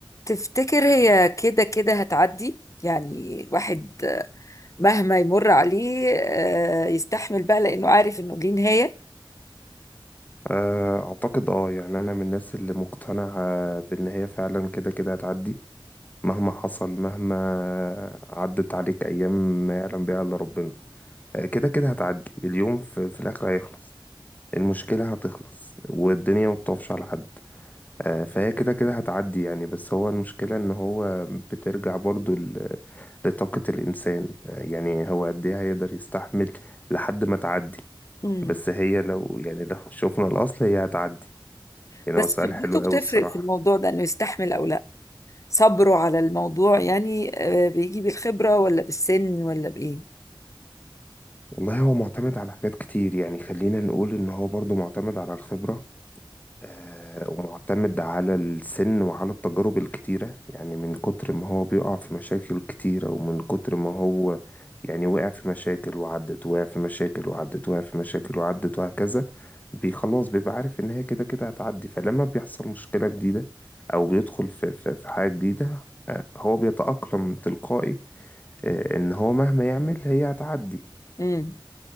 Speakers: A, on the left (about 35°); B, on the left (about 20°).
A: تفتكر هي كده كده هتعدي يعني الواحد مهما يمر عليه آه، يستحمل بقى لأنه عارف إنه ليه نهاية
B: آه، أعتقد أه يعني أنا من الناس اللي مقتنعة بإن هي فعلا كده كده هتعدي مهما حصل مهما عدت عليك أيام ما يعلم بيها إلا ربنا آه، كده كده هتعدي اليوم في, في الآخر هيخلص المشكلة هتخلص والدنيا ما بتقفش على حد آه، فهي كده كده هتعدي يعني بس هو المشكلة إن هو بترجع برضو ل- لطاقة الإنسان آه، يعني هو قد إيه هيقدر يستحمل لحد ما تعدي
A: امم
B: بس هي لو يعني لو شوفنا الأصل هي هتعدي يعني
A: بس
B: هو سؤال
A: خبرته
B: حلو قوي
A: بتفرق
B: الصراحة
A: في الموضوع ده إنه يستحمل أو لا صبره على الموضوع يعني آه، بيجي بالخبرة ولا بالسن ولا بإيه
B: والله هو معتمد على حاجات كتير يعني خلينا نقول ان هو برضو معتمد على الخبرة آه، ومعتمد على السن وعلى التجارب الكتيرة يعني من كتر ما هو بيقع في مشاكل كتيرة ومن كتر ما هو يعني وقع في مشاكل وعدت وقع في مشاكل وعدت وقع في مشاكل وعدت وهكذا بي- خلاص بيبقى عارف ان هي كده كده هتعدي فلما بيحصل مشكلة جديدة او بيدخل في في في حاجة جديدة آه، هو بيتأقلم تلقائي آه، ان هو مهما يعمل هي هتعدي
A: مم.